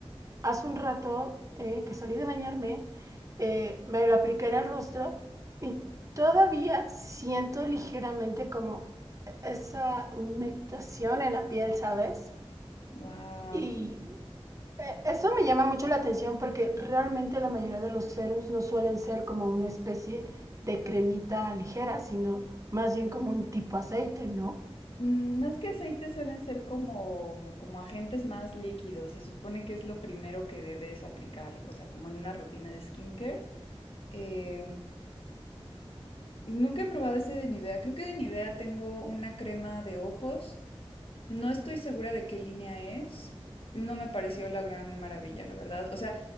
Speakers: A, on the right; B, on the left.
A: hace un rato eh, que salí de bañarme, eh, me lo apliqué en el rostro y todavía siento ligeramente como esa humectación en la piel, ¿sabes?
B: wow.
A: Y eh, Eso me llama mucho la atención porque realmente la mayoría de los serums no suelen ser como una especie de cremita ligera, sino más bien como un tipo aceite, ¿no?
B: Más que aceite suelen ser como, como agentes más líquidos. Se supone que es lo primero que debes aplicar, o sea, como en una rutina de skincare. Eh, Nunca he probado ese de Nivea. Creo que de Nivea tengo una crema de ojos. No estoy segura de qué línea es. No me pareció la gran maravilla, la verdad. O sea,